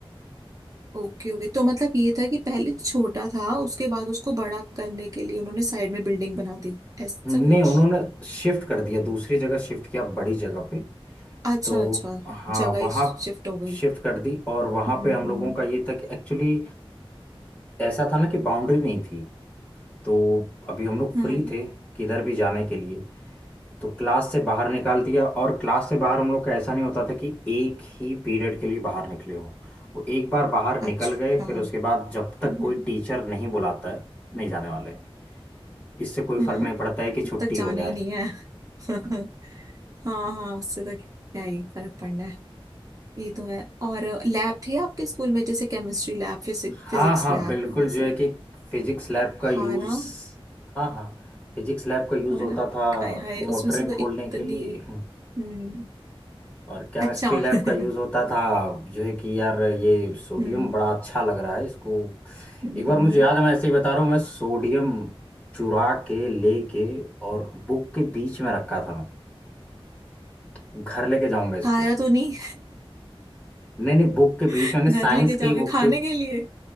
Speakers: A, on the right (about 35°); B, on the left (about 15°).
A: ओके ओके तो मतलब ये था कि पहले छोटा था उसके बाद उसको बड़ा करने के लिए उन्होंने साइड में बिल्डिंग बना दी ऐसा
B: नहीं
A: कुछ
B: उन्होंने शिफ्ट कर दिया दूसरी जगह शिफ्ट किया बड़ी जगह पे
A: अच्छा
B: तो
A: अच्छा
B: हाँ
A: जगह ही
B: वहाँ
A: शिफ्ट हो गई
B: शिफ्ट कर दी और वहाँ
A: हम्म
B: पे हम
A: हम्म
B: लोगों
A: हम्म
B: का ये था कि एक्चुअली ऐसा था ना कि बाउंड्री नहीं थी तो अभी हम लोग
A: हम्म,
B: फ्री थे किधर भी जाने के लिए तो क्लास से बाहर निकाल दिया और क्लास से बाहर हम लोग का ऐसा नहीं होता था कि एक ही पीरियड के लिए बाहर निकले हों वो एक बार बाहर निकल
A: अच्छा
B: गए फिर
A: हम्म
B: उसके बाद जब तक कोई
A: हम्म
B: टीचर नहीं बुलाता है नहीं जाने वाले हैं इससे कोई
A: हम्म,
B: फर्क नहीं पड़ता है कि छुट्टी
A: अब तक जाना
B: हो जाए
A: ही नहीं है <laughs> हाँ हाँ उससे तो क्या ही फर्क पड़ना है ये तो है और लैब थी आपके स्कूल में जैसे केमिस्ट्री लैब फिजिक,
B: हाँ
A: फिजिक्स
B: हाँ
A: लैब
B: बिल्कुल
A: ये सब
B: जो है कि फिजिक्स लैब का यूज़
A: हाँ ना
B: हाँ हाँ फिजिक्स लैब का यूज़
A: हाँ
B: होता
A: ना
B: था
A: हाय हाय
B: मोटरें
A: उसमें से तो
B: खोलने
A: इतनी
B: के लिए <laughs>
A: हम्म
B: और केमिस्ट्री
A: अच्छा
B: लैब
A: <laughs> हम्म
B: का यूज़ होता था जो है कि यार ये सोडियम
A: हम्म
B: बड़ा अच्छा लग रहा है इसको
A: हम्म,
B: एक बार मुझे याद है मैं ऐसे ही बता रहा हूँ मैं सोडियम चुरा के लेके और बुक के बीच में रखा था मैं घर लेके जाऊंगा इसको
A: खाया तो नहीं
B: नहीं नहीं बुक के
A: <laughs>
B: बीच में साइंस
A: घर लेके जाओगे
B: के बुक
A: खाने
B: के
A: के लिए